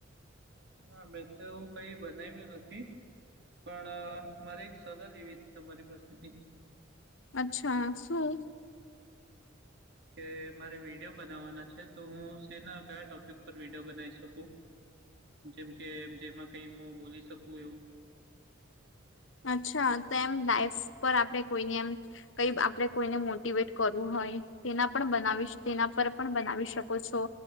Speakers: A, on the right; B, on the left.
A: ના મેં તો એવું કઈ બનાવ્યું નથી પણ મારે એક સલાહ લેવી હતી તમારી પાસેથી
B: અચ્છા શું
A: કે મારે વિડીયો બનાવવાના છે તો હું શેના કયા ટોપિક પર વિડીયો બનાવી શકું જેમ કે જેમાં કઈ હું બોલી શકું એવું
B: અચ્છા તો એમ લાઈફ પર આપડે કોઈને એમ કઈ આપડે કોઈને મોટવેટ કરવું હોયે હોય તેના પણ બનાવી તેના પર પણ બનાવી શકો છો